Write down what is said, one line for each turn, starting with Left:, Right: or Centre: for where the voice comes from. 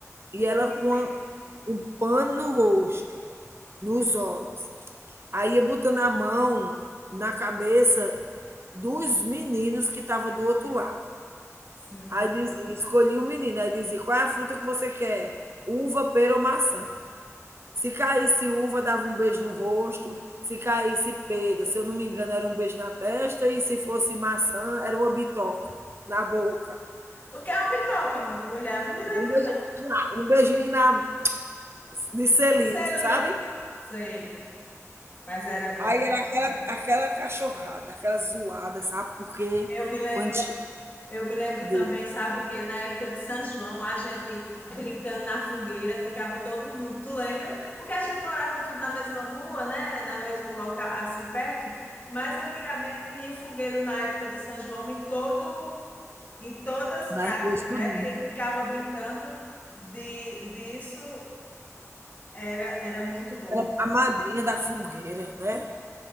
Right: E ela com
Left: Ti-
Right: a um pano no rosto, nos olhos. Aí ia botando a mão na cabeça dos meninos que estavam do outro lado.
Left: Sim.
Right: Aí dizia, escolhi um menino, aí dizia, qual é a fruta que você quer? Uva, pera ou maçã? Se caísse uva, dava um beijo no rosto. Se caísse pera, se eu não me engano, era um beijo na testa. E se fosse maçã, era uma bitoca na boca.
Left: O que é uma bitoca, mulher? Eu não me lembro.
Right: Um beijinho, um beijinho na, de selinho,
Left: Um selim.
Right: sabe?
Left: Sei, mas era bom.
Right: Aí era aquela,
Left: Era.
Right: aquela cachorrada, aquela zoada, sabe? Porque
Left: Eu me lembro.
Right: quando
Left: Eu me lembro
Right: de,
Left: também, sabe o quê? Na época de São João, a gente brincando na fogueira, ficava todo mundo, tu lembra? Porque a gente morava tudo na mesma rua, né? Na mesmo local, assim, perto. Mas antigamente tinha fogueira na época de São João em todo, em todas as casas,
Right: nas ruas tudinho,
Left: né? E ficava brincando de, disso, era, era muito bom.
Right: era a madrinha da fogueira, né?